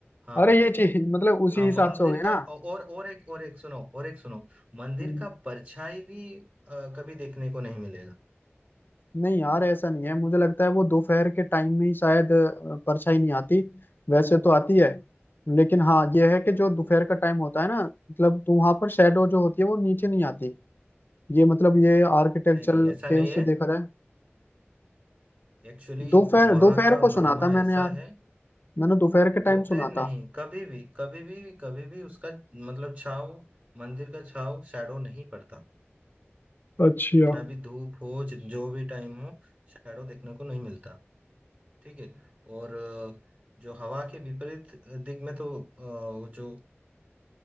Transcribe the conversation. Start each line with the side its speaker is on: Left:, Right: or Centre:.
Right: हाँ
Left: अरे ये चीज मतलब उसी
Right: हाँ
Left: हिसाब
Right: मंदिर
Left: से हो गई ना
Right: का और और एक और एक सुनो और एक सुनो मंदिर
Left: हम्म,
Right: का परछाई भी अ, कभी देखने को नहीं मिलेगा
Left: नहीं यार ऐसा नहीं है मुझे लगता है वो दोपहर के टाइम में ही शायद अ, परछाई नहीं आती वैसे तो आती है लेकिन हाँ ये है कि जो दोपहर
Right: नहीं
Left: का टाइम होता है ना मतलब तो वहां पर शेडो जो होती है वो नीचे नहीं आती ये मतलब ये आर्किटेक्चर
Right: नहीं नहीं ऐसा
Left: के
Right: नहीं
Left: उससे
Right: है
Left: देखा जाए
Right: एक्चुअली
Left: दोपहर
Right: वहाँ
Left: दोपहर
Right: का
Left: को
Right: महिमा
Left: सुना था मैंने
Right: ऐसा
Left: यार
Right: है
Left: मैंने दोपहर के टाइम
Right: दो
Left: सुना
Right: पैर नहीं
Left: था
Right: कभी भी कभी भी कभी भी उसका मतलब छाव मंदिर का छाव शैडो नहीं पड़ता
Left: अच्छा
Right: जितना भी धूप हो जि- जो भी टाइम हो शैडो देखने को नहीं मिलता ठीक है और अ, जो हवा के विपरीत दिग में तो अ, वो जो